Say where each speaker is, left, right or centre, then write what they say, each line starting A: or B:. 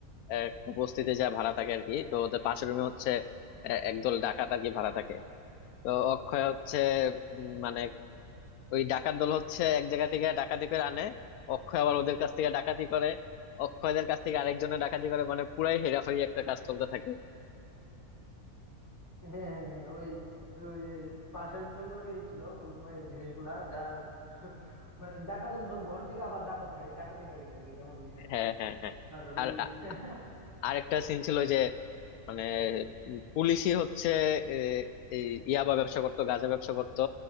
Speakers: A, on the left; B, on the left.
A: একটা বস্তিতে যা ভাড়া থাকে আর কি তো ওদের পাশের রুমে হচ্ছে আহ, একদল ডাকাত আর কি ভাড়া থাকে তো অক্ষয় হচ্ছে উম, মানে ওই ডাকাত দল হচ্ছে এক জায়গা থেকে ডাকাতি করে আনে অক্ষয় আবার ওদের কাছ থেকে ডাকাতি করে অক্ষয়দের কাছ থেকে আরেকজনের ডাকাতি করে মানে পুরাই হেরাফেরি একটা কাজ চলতে থাকে
B: হ্যাঁ হ্যাঁ হ্যাঁ ওই ওই পাশের room এ ওই ছিল ওই মা- এই জিনিসগুলা যার <laughs> মানে ডাকাতের ঢোক ঘর থেকে আবার ডাকাত হয়ে ডাকাতি হয়ে গেছে আর কি এমন বিষয়টা
A: হ্যাঁ হ্যাঁ হ্যাঁ
B: আর
A: আর
B: ওই
A: আ-
B: <laughs>
A: আরেকটা সিন ছিল যে মানে উম পুলিশই হচ্ছে এ, এই ইয়াবা ব্যবসা করতো গাঁজা ব্যবসা করতো